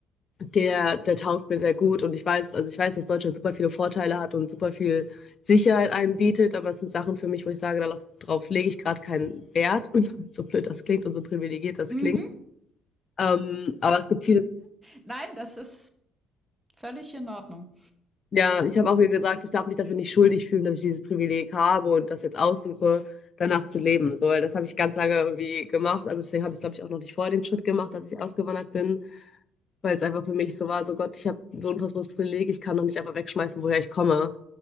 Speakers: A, on the left (about 45°); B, in the centre.
A: der, der taugt mir sehr gut und ich weiß, also ich weiß, dass Deutschland super viele Vorteile hat und super viel Sicherheit einem bietet, aber es sind Sachen für mich, wo ich sage, darauf, darauf lege ich gerade keinen Wert. <laughs> so blöd das klingt und so privilegiert das
B: Mhm.
A: klingt. Ähm, aber es gibt viele
B: Nein, das ist völlig in Ordnung.
A: Ja, ich habe auch mir gesagt, ich darf mich dafür nicht schuldig fühlen, dass ich dieses Privileg habe und das jetzt aussuche, danach zu leben. So, weil das habe ich ganz lange irgendwie gemacht. Also deswegen habe ich, glaube ich, auch noch nicht vorher den Schritt gemacht, als ich ausgewandert bin, weil es einfach für mich so war, so Gott, ich habe so ein unfassbares Privileg, ich kann doch nicht einfach wegschmeißen, woher ich komme.